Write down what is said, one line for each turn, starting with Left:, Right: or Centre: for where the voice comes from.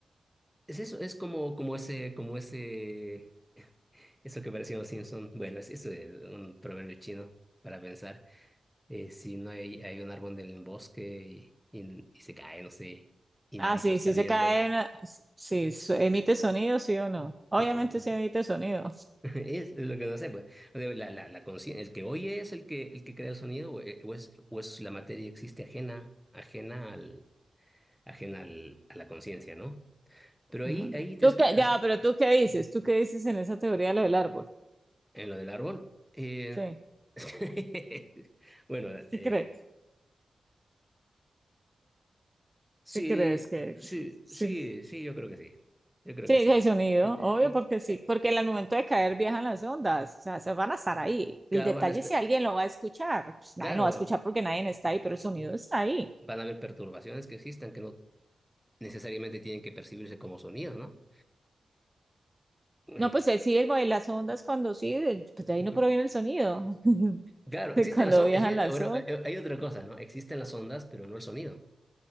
Centre: es eso, es como, como ese, como ese, eso que parecía los Simpson. Bueno, es, eso es un proverbio chino para pensar. Eh, si no hay, hay un árbol en el bosque y, y- y se cae, no sé, y
Right: Ah,
Centre: nadie
Right: sí,
Centre: lo está
Right: sí
Centre: viendo.
Right: se cae una- Sí, su- emite sonido, sí o no. Obviamente
Centre: Entonces,
Right: sí emite sonido.
Centre: <laughs> Es lo que no sé, pues. O sea, la, la, la consci- el que oye es el que, el que crea el sonido, o, eh, o es, o es la materia existe ajena, ajena al, ajena al, a la conciencia, ¿no? Pero
Right: Ajá.
Centre: ahí, ahí te
Right: ¿Tú
Centre: explicas
Right: qué? Ya, pero ¿tú qué dices? ¿Tú qué dices en esa teoría de lo del árbol?
Centre: en lo del árbol. eh,
Right: Sí.
Centre: <laughs> bueno,
Right: ¿Qué
Centre: eh,
Right: crees?
Centre: sí,
Right: ¿Qué crees que
Centre: sí,
Right: sí?
Centre: sí, sí, yo creo que sí. Yo creo
Right: Sí,
Centre: que sí.
Right: sí hay sonido,
Centre: El- el-
Right: obvio, porque sí,
Centre: el-
Right: porque en el momento de caer viajan las ondas, o sea, se van a estar ahí.
Centre: Claro,
Right: El detalle
Centre: van a estar.
Right: es si alguien lo va a escuchar, pues
Centre: Claro,
Right: nadie lo va a escuchar porque nadie está ahí, pero el sonido está ahí.
Centre: van a haber perturbaciones que existan que no necesariamente tienen que percibirse como sonidos, ¿no? Eh,
Right: No, pues eh, sí, el, de las ondas cuando sí, de- pues de
Centre: ujú.
Right: ahí no proviene el sonido, <laughs>
Centre: Claro,
Right: de
Centre: existen
Right: cuando
Centre: las ondas,
Right: viajan
Centre: bueno,
Right: las
Centre: eh, bueno,
Right: ondas.
Centre: eh, hay otra cosa, ¿no? Existen las ondas, pero no el sonido.